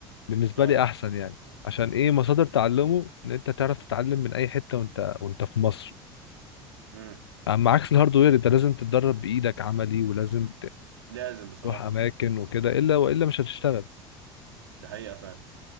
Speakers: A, on the left; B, on the right.
A: بالنسبه
B: اه
A: لي احسن يعني عشان ايه مصادر تعلمه ان انت تعرف تتعلم من اي حته وانت وانت في مصر
B: امم
A: اما عكس الهاردوير انت لازم تتدرب بايدك عملي ولازم
B: لازم بصراحة
A: تروح اماكن وكده الا والا مش هتشتغل
B: ده حقيقة فعلا